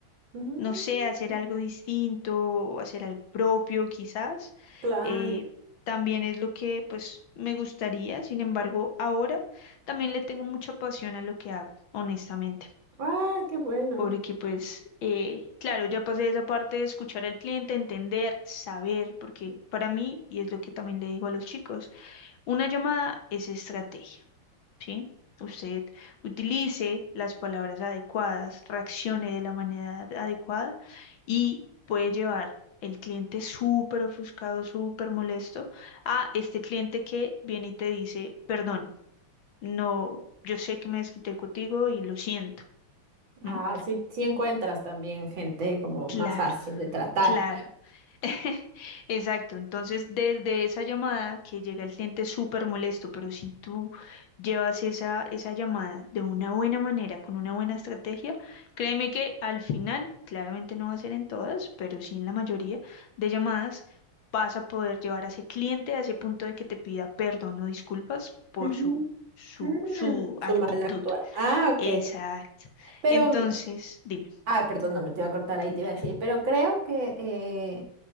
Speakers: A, on the right; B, on the left.
A: Mm,
B: no sé, hacer algo distinto o hacer algo propio quizás.
A: claro.
B: eh, también es lo que pues me gustaría, sin embargo, ahora también le tengo mucha pasión a lo que hago, honestamente.
A: Ah, qué bueno.
B: porque pues, eh, claro, ya pasé esa parte de escuchar al cliente, entender, saber, porque para mí, y es lo que también le digo a los chicos, una llamada es estrategia, ¿sí? Usted utilice las palabras adecuadas, reaccione de la manera adecuada y puede llevar el cliente súper ofuscado, súper molesto, a este cliente que viene y te dice, perdón, no, yo sé que me desquité contigo y lo siento. ¿m?
A: Ah, sí, sí encuentras también gente como
B: Claro,
A: más fácil de tratar.
B: claro. <laughs> Exacto. Entonces, desde esa llamada que llega el cliente súper molesto, pero si tú llevas esa, esa llamada de una buena manera, con una buena estrategia, créeme que al final, claramente no va a ser en todas, pero sí en la mayoría de llamadas, vas a poder llevar a ese cliente a ese punto de que te pida perdón o disculpas por
A: Ujú.
B: su, su,
A: Mm,
B: su
A: su
B: actitud.
A: mal actuar. Ah, ok.
B: Exacto.
A: Pero
B: Entonces, dime,
A: Ah, perdón, no me te iba a cortar ahí,
B: tranquila.
A: te iba a decir, pero creo que eh,